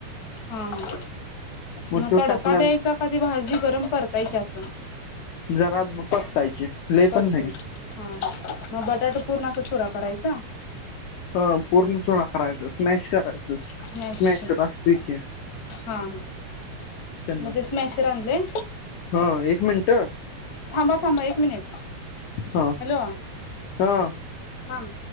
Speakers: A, on the left; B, on the left.
A: हा हा
B: मग
A: म
B: तो
A: तडका
B: टाकल्या
A: द्यायचा का ती भाजी गरम परतायची असं
B: जरा परतायची लय
A: परतायची
B: पण नाय.
A: हा ह म बटाट पूर्ण अस चुरा करायचा
B: ह पूर्ण चुरा करायच स्मॅश करायचं.
A: स्मॅश हा
B: करा ठीक आहे
A: हा
B: त्यांना
A: म ते स्मॅशर आणलाय?
B: हा एक मिनट
A: थांबा थांबा, एक मिनट,
B: हा
A: हॅलो
B: हा
A: थांब.